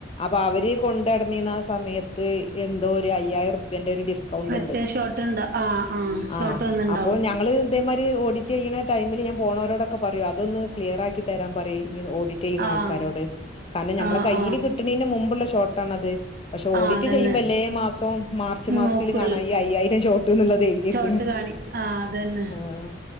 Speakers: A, on the left (about 30°); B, on the right (about 55°).
A: അപ്പൊ അവര് കൊണ്ടടന്നീന്ന ആ സമയത്ത് എന്തോ ഒര് അയ്യായിരം റുപ്യേന്റെ ഒരു ഡിസ്കൗണ്ട്
B: <unintelligible> ഷോർട്ട്ണ്ടാ ആഹ് ആഹ് ഷോർട്ട്
A: ആഹ്
B: വന്നിണ്ടാവും
A: അപ്പോ ഞങ്ങള് ഇതേമാതിരി ഓഡിറ്റ്യ്യണ ടൈമില് ഞാൻ പോണോരോടൊക്കെ പറയും അതൊന്ന് ക്ലിയറക്കി തരാൻ പറയന്നെ ഓഡി റ്റ്യ്യണ
B: ആഹ്
A: ആൾക്കാരോട് കാരണം ഞമ്മളെ
B: ആഹ്
A: കയ്യില്
B: ആഹ്
A: കിട്ടണേന് മുമ്പുള്ള ഷോട്ടാണത്. പക്ഷെ
B: ആ
A: ഓഡിറ്റ്
B: അതന്നെ
A: ചെയ്യുമ്പോല്ലേ മാസം മാർച്ച് മാസത്തില്
B: നോക്കുവൽ
A: കാണാം ഈ അയ്യായിരം ഷോട്ട്ന്ന്ള്ളത് എഴുതിക്കണേ
B: ഷോർട്ട് കാണി ആ അതന്നെ
A: ആഹ്.